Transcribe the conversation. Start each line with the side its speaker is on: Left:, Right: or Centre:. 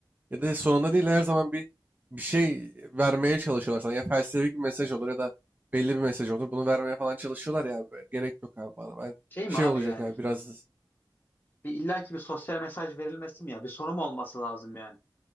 Right: Ya da sonunda değil her zaman bir bir şey vermeye çalışıyorlar sana. Ya felsefik bir mesaj olur ya da belli bir mesaj olur. Bunu vermeye falan çalışıyorlar ya. abi. Gerek yok abi bana. Ben
Left: Şey
Right: şey
Left: mi abi
Right: olacak
Left: yani?
Right: yani biraz
Left: Bir illaki bir sosyal mesaj verilmesi mi ya? Bir sonu mu olması lazım yani?